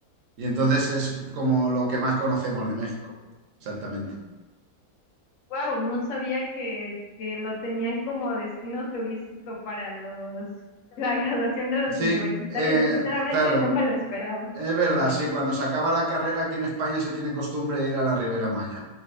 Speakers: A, on the right (about 65°); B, on the left (about 60°).
A: y entonces es como lo que más conocemos de México, exactamente.
B: Wow, no sabía que, que lo tenían como destino turístico para los <laughs> la graduación de
A: Sí,
B: los universitarios.
A: eh,
B: Sinceramente,
A: claro.
B: no me lo esperaba.
A: Es verdad, sí, cuando se acaba la carrera aquí en España se tiene costumbre de ir a la Ribera Maya.